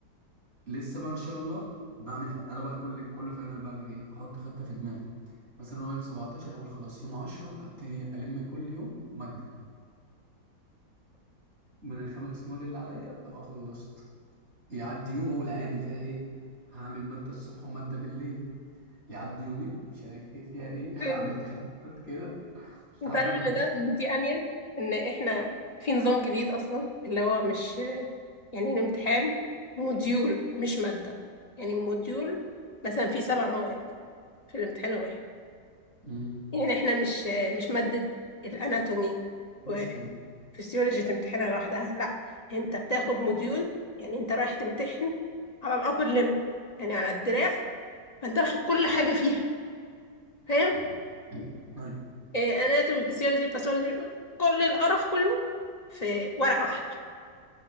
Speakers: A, on the right; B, on the left.
A: لسه بقى ان شاء الله بعمل إيه؟ انا بقى كل كل فاينل بعمل ايه بحط خطه في دماغي مثلا هو يوم 17 اقول خلاص يوم 10 ابتدي الم كل يوم ماده من الخمس مواد اللي عليا ابقى خلصت يعدي يوم اقول عادي فيها ايه هعمل ماده الصبح وماده بالليل يعدي يومين مش عارف ايه فيها ايه
B: <laughs>
A: <laughs>
B: أمم.
A: هعمل ثلاث مرات كده
B: انت
A: لحد
B: عارف
A: ما
B: ان
A: اخش
B: ده دي انيل ان احنا في نظام جديد اصلا اللي هو مش يعني الامتحان موديول مش ماده يعني موديول مثلا في سبع مواد في الامتحان الواحد
A: مم.
B: يعني احنا مش مش مادة الاناتومي وفسيولوجي
A: اصلا
B: تمتحنها لوحدها لا انت بتاخد موديول يعني انت رايح تمتحن على الابر ليم يعني على الدراع فانت واخد كل حاجة فيها فاهم
A: صح ايوه
B: إيه، اناتومي فسيولوجي باثولوجي كل القرف كله في ورقة واحدة